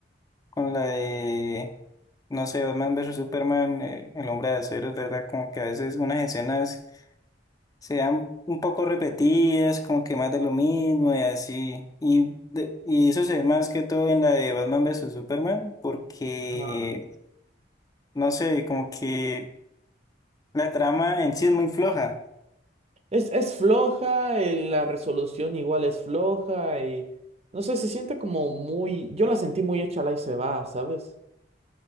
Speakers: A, on the left (about 20°); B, on the right (about 35°).
A: Con la de, no sé, Batman versus Superman, eh, El Hombre de Acero, es ¿verdad? Como que a veces unas escenas se dan un poco repetidas, como que más de lo mismo y así. Y, de- y eso se ve más que todo en la de Batman versus Superman, porque,
B: Ajá.
A: no sé, como que la trama en sí es muy floja.
B: Es, es floja, eh, la resolución igual es floja y no sé, se siente como muy, yo la sentí muy hecha la y se va, ¿sabes?